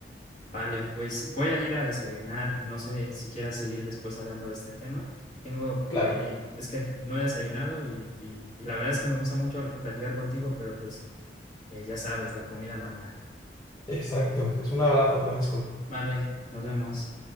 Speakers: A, on the left; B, on the left.
A: Vale, pues voy a ir a desayunar, no sé si quieras seguir después hablando de este tema. Tengo
B: claro,
A: por ahí, es que no he desayunado y, y, y la verdad es que me gusta mucho platicar contigo, pero pues eh, ya sabes, la comida manda.
B: <laughs> exacto. Es un abrazo, Francisco.
A: Vale, nos vemos.